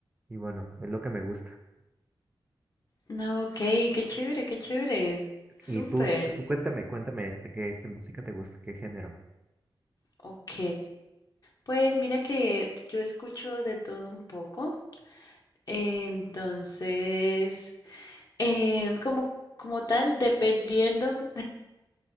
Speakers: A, on the right; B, on the left.
A: y bueno, es lo que me gusta.
B: no, ok, qué chévere, qué chévere. Súper,
A: Y tú, tú cuéntame, cuéntame este, ¿qué, qué música te gusta? ¿Qué género?
B: ok. Pues mira que yo escucho de todo un poco, entonces, em, como, como tal, dependiendo.